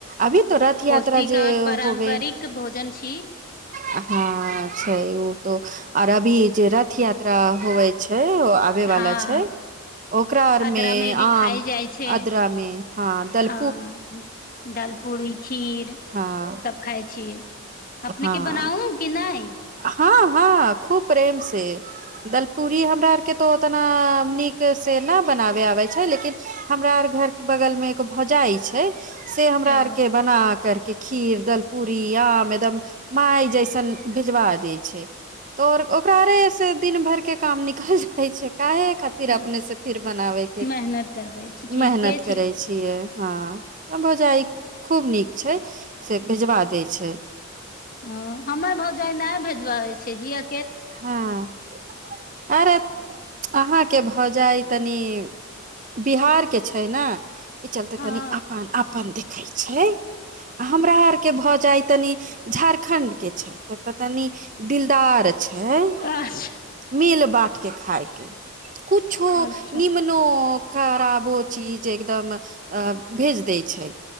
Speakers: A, on the right; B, on the left.
A: अभी त रथ यात्रा
B: पौष्टिक
A: जे
B: आर पारम्परिक
A: होबे
B: भोजन छी
A: हँ छै ओ तो आर अभी जे रथ यात्रा होबै छै उ आबे वला
B: हँ
A: छै ओकरा आर
B: आद्रा
A: मे
B: भी
A: आम
B: खायल जाइ छै
A: आद्रा मे हाँ दल-
B: हँ दलपूरी खीर
A: हँ
B: सब खाइ छियै अपने
A: हँ
B: के बनाउ की नहि
A: हँ हँ खूब प्रेम से दलपूड़ी हमरा आर के तो उतना नीक से न बनाबे आबे छै लेकिन हमरा आर घर के बगल मे एक भौजाइ छै से हमरा
B: ओ
A: आर के बना कर- -के खीर दलपूरी आम एकदम माय जैसन भिजबा दै छै त आओर ओकरा आर से दिन भरके काम निकल हइ छै काहे खातिर
B: ओ
A: अपने से फिर बनाबै के
B: मेहनत करबै छी ठीके
A: मेहनत
B: छी
A: करै छियै हँ भौजाई खूब नीक छै से भेजवा दै छै
B: हहाँ हमर भौजाइ नहि भेजबाबै छै जिए-
A: हँ अरे अहाँके भौजाइ तनि बिहारके छै ने ई चलते
B: हँ
A: तनी अपन अपन द- <unintelligible> छै आ हमरा आर के भौजाय तनि झारखण्ड के छै तऽ तनि दिलदार छै
B: अच्छा
A: मिल बाँटके खाइके कुछो
B: अच्छा
A: निम्नौ खराबो चीज एकदम अ भेज देै छै